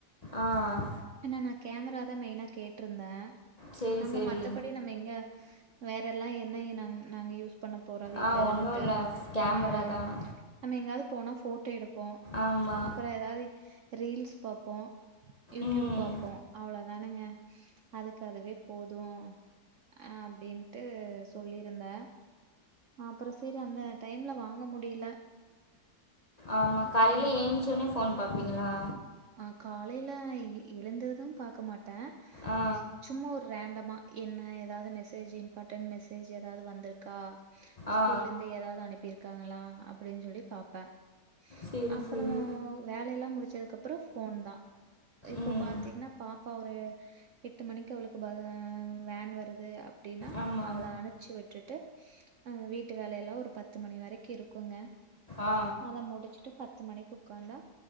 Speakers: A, on the left (about 35°); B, on the right (about 65°).
A: ஆஹ்
B: என்னா நான் கேமராதான் மெயினா கேட்டிருந்தேன்
A: சரி,
B: நம்ம
A: சரி.
B: மத்தபடி நம்ம எங்க வேற எல்லாம் என்ன நாங்க யூஸ் <inaudible> பண்ண போறோம் வீட்டுல
A: ஆ
B: இருந்துட்டு
A: ஒண்ணும் இல்ல. கேமரா
B: உம்
A: தான்.
B: நம்ம எங்காவது போனா போ தேடு பாபோம்
A: ஆமா.
B: அப்புறம் ஏதாவது ரீல்ஸ் பாப்போம் யூடியூப்
A: ம்.
B: பார்போம் அவ்ள தான் தானுங்க அதுக்கு அதுவே போதும் அஹ் அப்படின்ட்டு சொல்லியிருந்தே அப்புறம் சரி அந்த டைம்ல வாங்க முடியல
A: ஆமா காலையில
B: சோ
A: ஏன்சோன்னே போன் பார்ப்பீங்களா
B: ஆஹ் காலையில எழுந்ததும் பார்க்க மாட்டேன்
A: ஆ,
B: சும்மா ஒரு ரேண்டமா என்ன ஏதாவது மெசேஜ் இம்பார்டன்ட் மெசேஜ் ஏதாவது வந்திருக்கா ஸ்கூல்ல
A: ஆ.
B: இருந்து ஏதாவது அனுப்பிருக்கு இருக்காங்களா அப்படின்னு சொல்லி பார்பேன்
A: சரி,
B: அப்புறம்
A: சரி.
B: வேலை எல்லாம் முடிச்சதுக்கு போன் தான் இப்ப
A: ம்.
B: பாத்தீங்கன்னா பாப்பாவ எட்டு மணிக்கு அவளுக்கு வேன் வருது அப்படின்னா
A: ஆமா.
B: அவளை அமிச்சி விட்டுட்டு அஹ் வீட்டு வேலைய எல்லாம் ஒரு பத்து மணி வரைக்கும் இருக்குங்க
A: ஆ.
B: அத முடிச்சுட்டு பத்து மணிக்கு உக்காந்தா